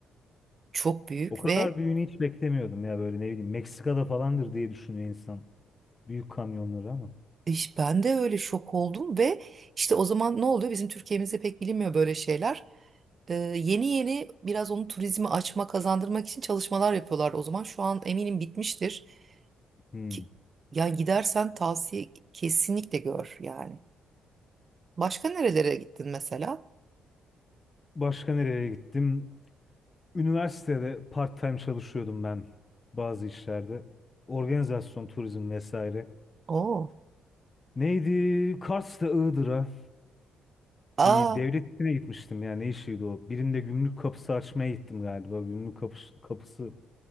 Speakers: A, on the right; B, on the left.
A: Çok büyük
B: O kadar
A: ve
B: büyüğünü hiç beklemiyordum ya böyle ne bileyim Meksika'da falandır diye düşünüyor insan. Büyük kamyonları ama.
A: İş- Ben de öyle şok oldum ve işte o zaman ne oluyor? Bizim Türkiye'mizde pek bilinmiyor böyle şeyler. Ee, yeni yeni biraz onu turizmi açma, kazandırmak için çalışmalar yapıyorlar o zaman. Şu an eminim bitmiştir.
B: Hmm.
A: Ki, yani gidersen tavsiye kesinlikle gör yani. Başka nerelere gittin mesela?
B: Başka nereye gittim? Üniversitede part-time çalışıyordum ben bazı işlerde. Organizasyon, turizm vesaire.
A: Oo.
B: Neydi? Kars'ta Iğdır'a
A: Aa.
B: bir devlet işine gitmiştim ya ne işiydi o? Birinde gümrük kapısı açmaya gittim galiba. Gümrük kapısı, kapısı